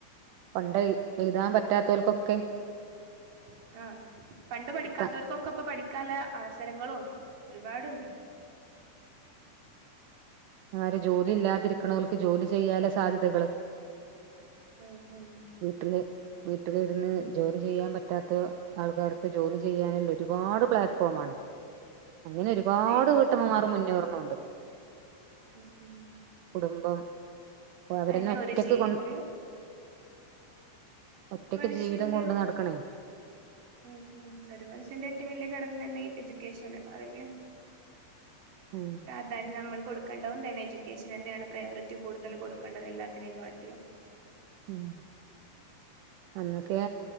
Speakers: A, on the right; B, on the right.
A: പണ്ട് എഴുതാൻ പറ്റാത്തോൽക്കൊക്കെ
B: <inaudible> ആഹ് പണ്ട് പഠി ക്കതോൽക്കൊക്കെ
A: ത്ത
B: പ്പം പഠിക്കാലെ അവസരങ്ങളും ഒരുപാടുണ്ട്.
A: ആര് ജോലി ഇല്ലാതിരിക്ക്ണോൽക്ക് ജോലി ചെയ്യാല്ലെ സാധ്യതകളും <inaudible>
B: ഉം ഉം
A: വീട്ടില് വീട്ടിലിരുന്ന് ജോലി ചെയ്യാൻ പറ്റാത്ത ആൾക്കാർക്ക് ജോലി ചെയ്യാനുള്ള ഒരുപാട് പ്ലാറ്റ്ഫോമാണ്. അങ്ങനെ ഒരുപാട്
B: അതെ
A: വീട്ടമ്മമാർ മുന്നേറുന്നു ഉണ്ട്.
B: ഉം ഹ്മ്മ്
A: കുടുംബം അവരന്നെ
B: അയിന്
A: ഒറ്റക്ക്
B: ഒരു ഷീൽ
A: കൊ
B: ഒരു
A: ഒറ്റക്ക്
B: മനുഷ്യന്റെ,
A: ജീവിതം കൊണ്ട് നടക്കണേ
B: ഉം മ് ഒരു മനുഷ്യന്റെ ഏറ്റവും വലിയ കടമന്നെ തന്നെ ഈ എജു ക്യാഷനും <unintelligible>
A: ഉം
B: അതാഞ്ഞമ്മള് കൊടുക്കെണ്ടം തന്നെ എഡ്യൂക്കേഷൻ തന്നെയാണ് പ്രയോറിറ്റി കൂടുതൽ കൊടുക്കേണ്ടത് എല്ലാത്തിനേംകാട്ടിലും.
A: ഉഹ്മ്മ് അന്നൊക്കെ